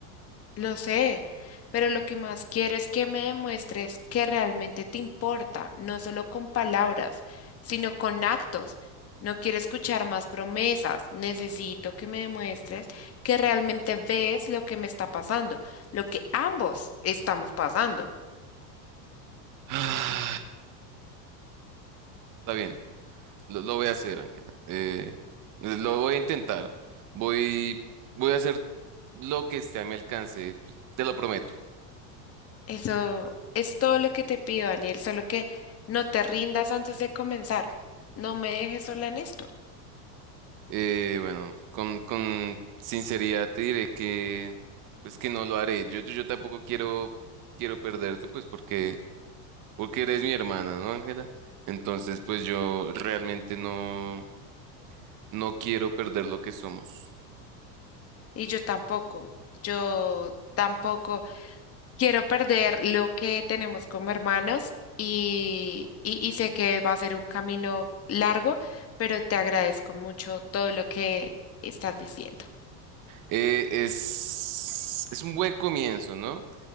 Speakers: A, on the left; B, on the right.
A: Lo sé, pero lo que más quiero es que me demuestres que realmente te importa, no solo con palabras, sino con actos. No quiero escuchar más promesas, necesito que me demuestres que realmente ves lo que me está pasando, lo que ambos estamos pasando.
B: <sighs> Ah, Está bien, lo, lo voy a hacer, Ángela. Eh, lo voy a intentar. Voy, voy a hacer lo que esté a mi alcance. Te lo prometo.
A: Eso es todo lo que te pido, Daniel, solo que no te rindas antes de comenzar. No me dejes sola en esto.
B: Eh, bueno, con, con sinceridad te diré que, pues que no lo haré. Yo, yo, yo tampoco quiero, quiero perderte, pues porque, porque eres mi hermana, ¿no, Ángela? Entonces, pues yo realmente no, no quiero perder lo que somos.
A: Y yo tampoco, yo tampoco. Quiero perder lo que tenemos como hermanos y, y, y sé que va a ser un camino largo, pero te agradezco mucho todo lo que estás diciendo.
B: Eh, es, es un buen comienzo, ¿no?